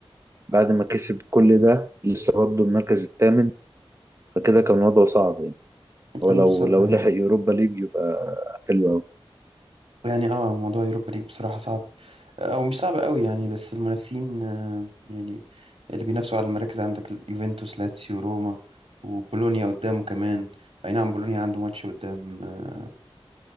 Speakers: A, on the right; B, on the right.
A: بعد ما كسب كل ده لسه برضه المركز الثامن فكده كان وضعه صعب يعني هو
B: كان
A: لو
B: لسه-
A: لو لحق
B: هي-
A: يوروبا ليج يبقى حلو قوي
B: يعني اه موضوع يوروبا ليج بصراحة صعب او مش صعبة قوي يعني بس المنافسين آه، يعني اللي بينافسوا على المراكز عندك يوفنتوس لاتسيو روما وبولونيا قدامه كمان اي نعم بولونيا عنده ماتش قدام آه،